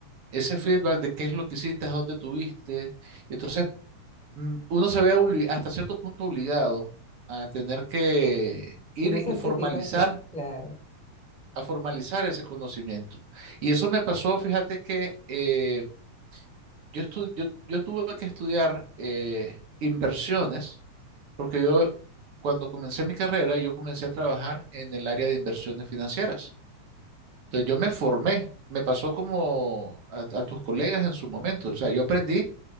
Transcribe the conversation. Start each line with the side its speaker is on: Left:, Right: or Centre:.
Right: ese feedback de qué es lo que hiciste, a dónde tuviste. Y entonces mm, uno se ve obli- hasta cierto punto obligado a tener que ir
Centre: una certificación,
Right: y formalizar,
Centre: claro,
Right: a formalizar ese conocimiento. Y eso me pasó, fíjate que eh, yo, estu- yo, yo tuve que estudiar eh, inversiones Porque yo, cuando comencé mi carrera, yo comencé a trabajar en el área de inversiones financieras. Entonces yo me formé, me pasó como a, a tus colegas en su momento. O sea, yo aprendí